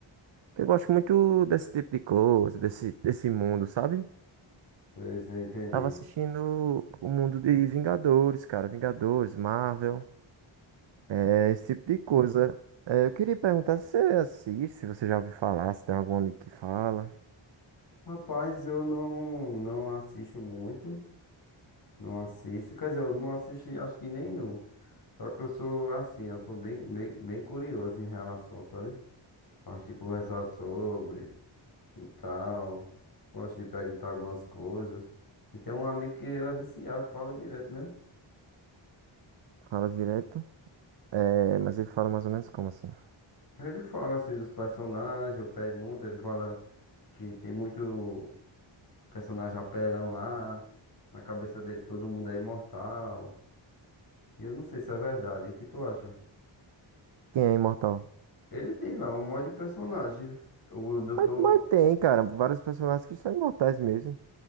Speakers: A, on the right (about 65°); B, on the left (about 45°).
A: que Eu gosto muito desse tipo de coisa, desse, desse mundo, sabe?
B: sei, sei, entendi.
A: Tava assistindo o mundo de Vingadores, cara. Vingadores, Marvel, é, esse tipo de coisa. É, eu queria perguntar se você assiste, se você já ouviu falar, se tem algum amigo que fala,
B: Rapaz, eu não, não assisto muito, não assisto, quer dizer, eu não assisti acho que nenhum. Só que eu sou assim, eu sou bem, bem, bem curioso em relação, sabe? Gosto de conversar sobre e tal, gosto de perguntar algumas coisas. E tem um amigo que ele é viciado, fala direto, né?
A: fala direto. É, mas ele fala mais ou menos como assim?
B: Ele fala assim dos personagens, eu pergunto, ele fala que tem muito. personagem apelão lá. Na cabeça dele todo mundo é imortal. E eu não sei se é verdade. E o que tu acha?
A: Quem é imortal?
B: Ele diz lá, um monte de personagem. O doutor
A: Mas, mas tem, cara, vários personagens que são imortais mesmo.